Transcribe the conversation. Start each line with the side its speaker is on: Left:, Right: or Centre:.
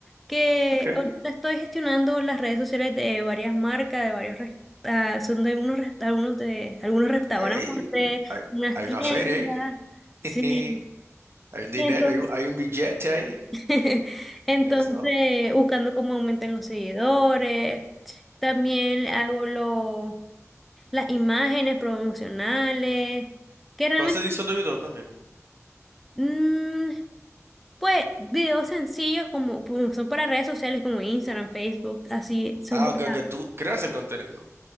Centre: que
Right: Ok.
Centre: ahorita estoy gestionando las redes sociales de varias marcas, de varios, res- ah, son de unos, res- algunos de algunos restaurantes,
Right: Ey, hay,
Centre: unas
Right: hay
Centre: tiendas,
Right: una feria ahí.
Centre: sí.
Right: <laughs> Hay un dinero,
Centre: Y entonces,
Right: hay un, hay un billete ahí.
Centre: <laughs> entonces
Right: Eso.
Centre: buscando cómo aumentan los seguidores. También hago lo las imágenes promocionales, que realmente,
Right: ¿Tú haces edición de video también?
Centre: mm, pues videos sencillos como, como son para redes sociales como Instagram, Facebook, así son
Right: Ah,
Centre: para...
Right: ok, que tú creas el contenido.